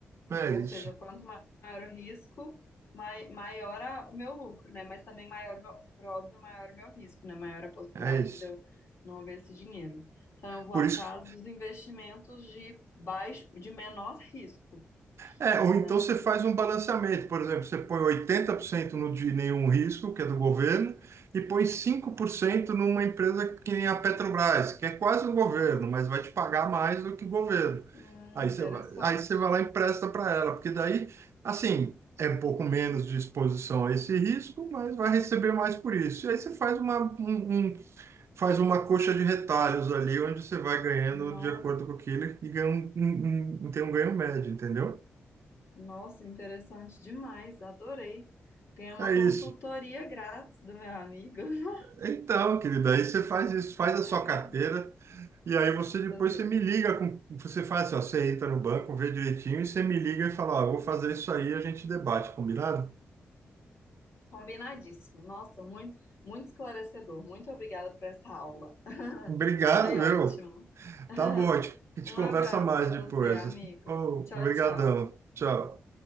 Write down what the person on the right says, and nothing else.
é
isso,
é isso.
Por
isso que
É, ou
então você faz um balanceamento, por exemplo, você põe 80% no de nenhum risco, que é do governo, e põe 5% numa empresa que nem a Petrobras, que é quase o governo, mas vai te pagar mais do que o governo.
Aí
você vai, aí você vai lá e empresta para ela, porque daí, assim, é um pouco menos de exposição a esse risco, mas vai receber mais por isso. E aí você faz uma, um, um- faz uma coxa de retalhos ali, onde você vai ganhando
de acordo com aquilo e ganha um, um- um- tem um ganho médio, entendeu?
É
isso.
Então, querida, aí você faz isso, faz
a sua
carteira e aí você
depois
você me liga com, você faz assim, ó, você entra no banco, vê direitinho e você me liga e fala, ó, vou fazer isso aí, a gente debate, combinado?
Obrigado,
meu.
Tá bom, a gente, a gente
conversa
mais
depois.
Oh,
obrigadão.
Tchau.